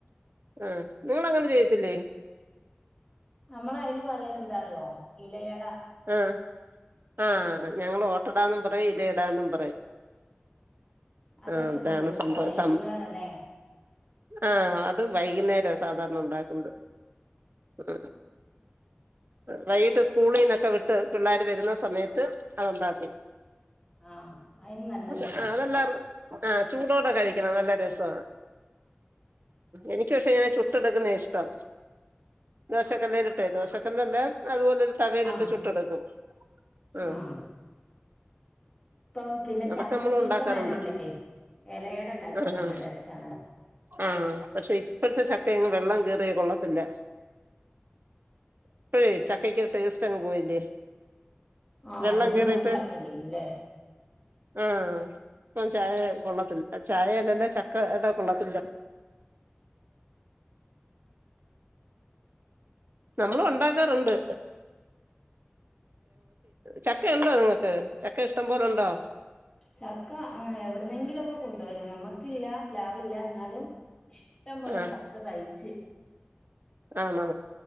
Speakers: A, on the right (about 55°); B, on the left (about 20°).
A: ആ നിങ്ങള് അങ്ങനെ ചെയ്യത്തില്ലേ
B: നമ്മള് അയിന് പറയലെന്താറിയോ ഇലയട
A: ആഹ് ആഹ് ഞങ്ങള് ഒട്ടടാന്നും പറയും ഇല അടാന്നും പറ
B: അതൊക്കെ
A: അതാണ്
B: നല്ല രസാ
A: സംഭവം
B: വൈകുന്നേരം
A: സം
B: അല്ലേ
A: ആഹ് അത് വൈകുന്നേര സ് സാധാരണ ഉണ്ടാക്ക്ണ്ട് ഉം വൈകിട്ട് സ്കൂളിന്ന് ഒക്കെ വിട്ട് പിള്ളേര് വരുന്ന സമയത്ത് അതെന്താ
B: ആ അയിന് നല്ല
A: <unintelligible>
B: രസാ
A: അതെല്ലാർ ആ ചൂടോടെ കഴിക്കണം നല്ല രസാ എനിക്ക് പക്ഷേ ചു ചുട്ടടുക്കുന്നെ ഇഷ്ടം ദോശക്കല്ലേലിട്ട് ദോശക്കല്ലല്ലാ അതുപോലെ തവയിലിട്ട്
B: ആ
A: ചുട്ടടുക്കും ആഹ്
B: ആ ഇപ്പം പിന്നെ
A: അതൊക്കെ
B: ചക്ക
A: നമ്മളും
B: സീസൺ
A: ഉണ്ടാക്കാറുണ്ട്
B: ആയതോണ്ടേ എലയട ഇണ്ടാക്കാൻ
A: ആഹ്
B: നല്ല ടേസ്റ്റാണെലോ
A: ആഹ് പക്ഷെ ഇപ്പഴത്തെ ചക്കയങ്ങും വെള്ളം കേറിയ കൊള്ളത്തില്ല ഇപ്പഴേ ചക്കയ്ക്ക് ടേസ്റ്റ് അങ്ങ് പോയില്ലേ
B: ആഹ്
A: വെള്ളം
B: ഇതിന്റെ
A: കേറിയിട്ട്
B: മുമ്പക്കേണ്ടിര്ന്ന് ലെ
A: ആഹ് ഇപ്പം ചായ കൊള്ളത്തില്ല ചായയല്ലല്ല ചക്ക ഇട കൊള്ളത്തില്ല നമ്മള് ഒണ്ടാക്കാറുണ്ട് ചക്ക ഉണ്ടോ നിങ്ങൾക്ക് ചക്ക ഇഷ്ടം പോലുണ്ടോ
B: ചക്ക എവിട്ന്നെങ്കിലും ഒക്കെ കൊണ്ടുവരും നമ്മുക്കില്ല പ്ലാവില്ല എന്നാലും ഇഷ്ടം പോലെ
A: ആഹ്
B: ചക്ക കഴിച്ച്
A: ആണോ